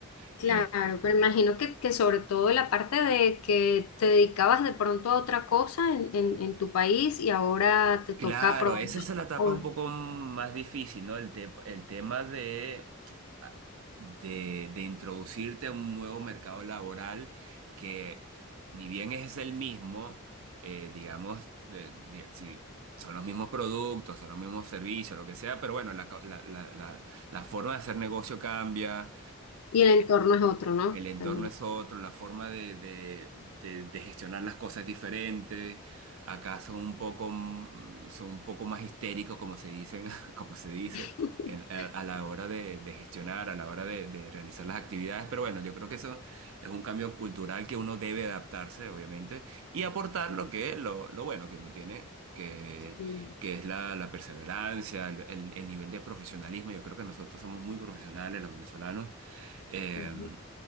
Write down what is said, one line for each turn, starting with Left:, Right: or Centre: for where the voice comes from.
Right: Eh,
Left: claro,
Right: eh,
Left: pero imagino que, que sobre todo la parte de que te dedicabas de pronto a otra cosa en, en, en tu país y ahora te
Right: claro,
Left: toca probar.
Right: esa es la etapa
Left: o-
Right: un poco más difícil, ¿no? El, te- el tema de, ah, de, de introducirte a un nuevo mercado laboral que, ni bien es el mismo, eh, digamos, de- de- si son los mismos productos, son los mismos servicios, lo que sea, pero bueno, la, co- la, la- la- la forma de hacer negocio cambia,
Left: Y el entorno es otro, ¿no?
Right: El entorno
Left: También.
Right: es otro, la forma de, de- de- de gestionar las cosas es diferente. Acá son un poco, mm, son un poco más histéricos, como se dicen, <laughs> como se dice,
Left: <laughs>
Right: en- a, a la hora de, de gestionar, a la hora de, de realizar las actividades. Pero bueno, yo creo que eso es un cambio cultural que uno debe adaptarse, obviamente, y aportar lo que, lo, lo bueno que uno tiene, que,
Left: Mm,
Right: que es la, la perseverancia, el, el el nivel de profesionalismo. Yo creo que nosotros somos muy profesionales, los venezolanos. Em,
Left: ujú.